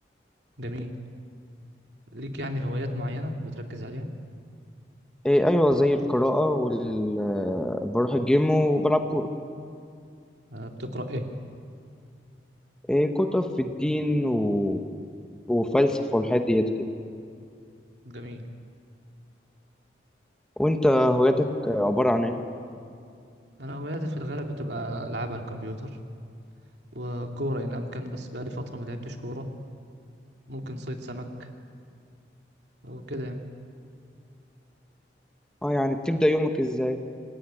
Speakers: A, on the right; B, in the centre.
A: جميل ليك يعني هوايات معينة بتركز عليها
B: آه ايوه زي القراءة وال آه، بروح الجيم وبلعب كورة
A: أه بتقرأ ايه
B: آه كتب في الدين و... وفلسفة والحاجات ديت كده
A: جميل
B: وانت هواياتك آه، عبارة عن ايه
A: انا هواياتي في الغالب بتبقى العاب على الكمبيوتر وكورة ان امكن بس بقالي فترة ما لعبتش كورة ممكن صيد سمك وكده يعني
B: اه يعني بتبدأ يومك ازاي